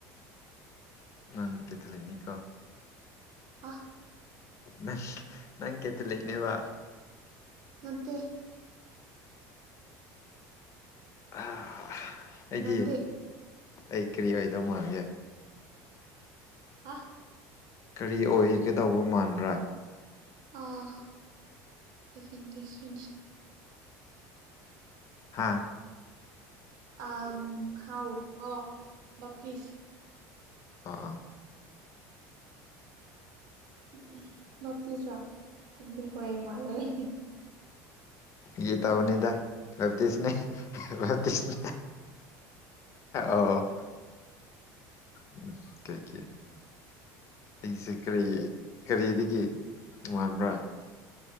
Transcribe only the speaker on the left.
ꯅꯪ ꯀꯩꯊꯂꯛꯏꯅꯤꯀꯣ
ꯪ ꯅꯪ ꯀꯦꯇ ꯂꯩꯅꯦꯕ
ꯑ ꯑꯩꯗꯤ
ꯑꯩ ꯀꯔꯤ ꯑꯣꯏꯗꯧ ꯃꯥꯟꯒꯦ
ꯀꯔꯤ ꯑꯣꯏꯒꯗꯧꯕ ꯃꯥꯟꯕ꯭ꯔꯥ
ꯍꯥ
ꯑ
ꯒꯤ ꯇꯕꯅꯤꯗ ꯔꯞꯇꯤꯁꯅꯤ ꯔꯞꯇꯤꯁꯅꯤ ꯑꯣ ꯎ ꯀꯩꯀꯦ ꯑꯩꯁꯦ ꯀꯔꯤ ꯀꯔꯤꯗꯒꯤ ꯃꯥꯟꯕ꯭ꯔꯥ